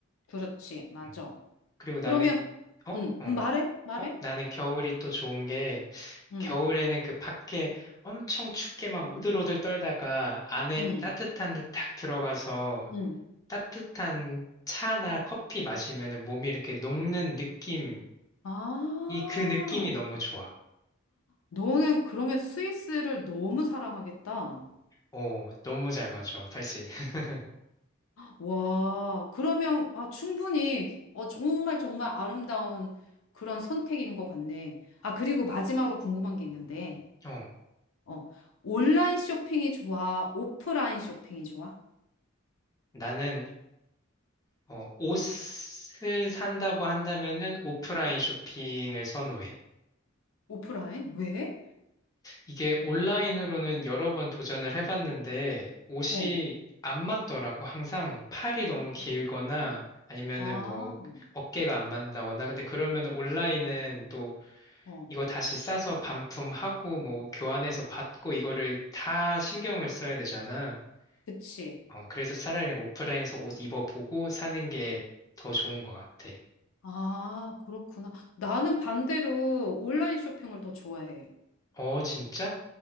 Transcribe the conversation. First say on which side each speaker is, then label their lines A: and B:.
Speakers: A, on the left (about 75°); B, on the left (about 15°).
A: 그렇지, 맞아.
B: 음. 그리고
A: 그러면,
B: 나는, 어?
A: 응,
B: 어.
A: 응, 말해, 말해.
B: 어? 나는 겨울이 또 좋은 게,
A: 응,
B: 겨울에는 그 밖에 엄청 춥게 막 오들오들 떨다가 안에
A: 응,
B: 따뜻한 데 딱 들어가서
A: 응.
B: 따뜻한 차나 커피 마시면은 몸이 이렇게 녹는 느낌,
A: 아,
B: 이 그 느낌이 너무 좋아.
A: 너는 그러면 스위스를 너무 사랑하겠다.
B: 오, 너무 잘 맞아, 다시. <laughs>
A: 와, 그러면 아, 충분히 어, 정말 정말 아름다운 그런 선택인 것 같네. 아, 그리고 마지막으로 궁금한 게 있는데,
B: 어.
A: 어, 온라인 쇼핑이 좋아? 오프라인 쇼핑이 좋아?
B: 나는 어, 옷을 산다고 한다면은 오프라인 쇼핑을 선호해.
A: 오프라인? 왜?
B: 이게 온라인으로는 여러 번 도전을 해봤는데 옷이
A: 어,
B: 안 맞더라고. 항상 팔이 너무 길거나
A: 음.
B: 아니면은
A: 아,
B: 뭐 어깨가 안 맞는다거나. 근데 그러면 온라인은 또
A: 어,
B: 이거 다시 싸서 반품하고 뭐 교환해서 받고 이거를 다 신경을 써야 되잖아.
A: 그치.
B: 어, 그래서 차라리 오프라인에서 옷 입어보고 사는 게 더 좋은 것 같아.
A: 아, 그렇구나. 나는 반대로 온라인 쇼핑을 더 좋아해.
B: 어, 진짜?